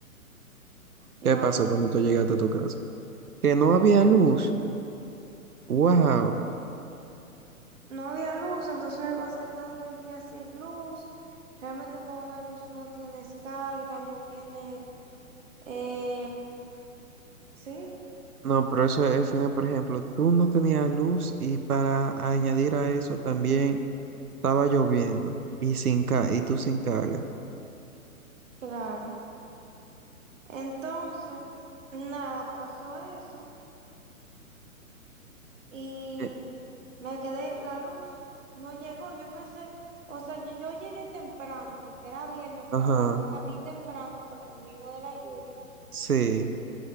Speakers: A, on the right; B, on the right.
A: no
B: ¿Qué pasó
A: hay
B: cuando tú llegaste a tu casa? Que no había luz. Wow.
A: No había luz, entonces me pasé todo el día sin luz. Realmente cuando no hay luz no tienes carga, no tiene... eh, sí,
B: no, pero eso eh, fue, por ejemplo, tú no tenías luz y para añadir a eso también estaba lloviendo y sin ca y tú sin carga.
A: claro. Entonces, nada, pasó eso y
B: Eh,
A: me quedé, la luz no llegó. Yo pensé, o sea, yo, yo llegué temprano porque era viernes,
B: Ajá,
A: aparte salí temprano por el mismo de la lluvia.
B: sí.